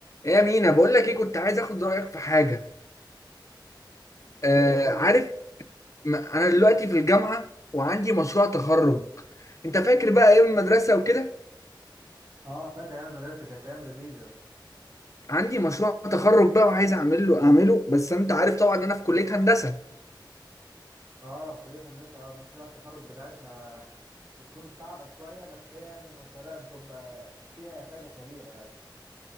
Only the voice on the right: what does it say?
ايه
قول
لي
اه فاكر ايام المدرسه كانت ايام لذيذه
اه كليه هندسه آه، مشاريع التخرج بتاعتها بتكون صعبه شويه بس هي يعني مشاريع بتبقى فيها افاده كبيره يعني